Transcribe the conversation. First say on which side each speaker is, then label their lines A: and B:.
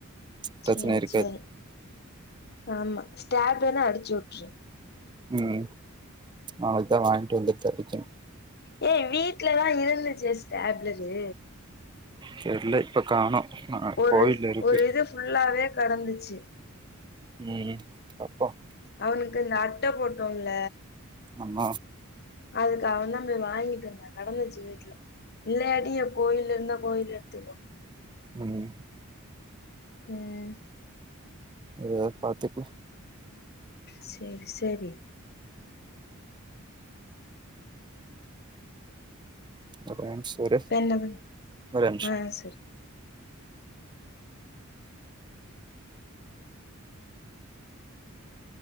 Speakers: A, on the right; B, on the left.
A: பிரச்சன
B: சேரி
A: இருக்காது
B: சேரி ஆமா ஸ்டேட் வேனா அடிச்சுட்ரு
A: ம் அவளதா வாங்கிட்டு வந்துட்டு அடிக்கினு
B: ஏ வீட்லதா இருந்துச்சு ஸ்டேப்லரு
A: தெர்ல இப்ப காணோ நா
B: ஒரு
A: கோவில இருக்கு
B: ஒரு இது ஃபுல்லாவே கடந்தச்சி
A: ம் பாப்போ
B: அவுனுக்கு இந்த அட்ட போட்டோ இல்ல
A: ஆமா
B: அதுக்கு அவெ தா போய் வாங்கிட்டு வந்தா கடந்தச்சி வீட்ல இல்லாடி கோயில இந்தா கோயில எத்துக்கோ
A: ம்
B: ம்
A: மெதுவா பாத்துக்குலா
B: சேரி சேரி
A: ஒரே நிம்ஷோ இரு
B: இப்ப என்ன பண்ண
A: ஒரே நிம்ஷோ
B: ஆ சரி